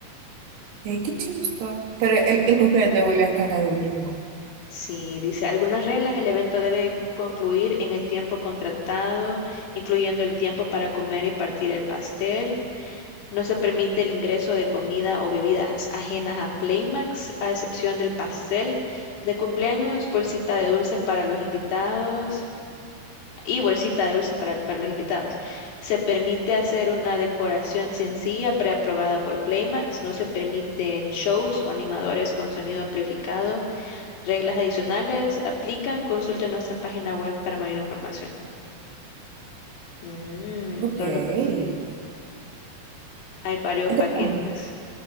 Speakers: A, on the right; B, on the left.
A: eh, qué chido está. Pero el, el cumpleaños de William cada domingo.
B: Sí, dice, algunas reglas, el evento debe concluir en el tiempo contratado, incluyendo el tiempo para comer y partir el pastel. No se permite el ingreso de comida o bebidas ajenas a Playmax, a excepción del pastel de cumpleaños, bolsita de dulces para los invitados y bolsita de dulces para, para los invitados. Se permite hacer una decoración sencilla preaprobada por Playmax. No se permiten shows o animadores con sonido amplificado. Reglas adicionales aplican. Consulta nuestra página web para mayor información. Mm,
A: Ok.
B: Rolo,
A: Es
B: hay varios
A: de
B: paquetes.
A: campo.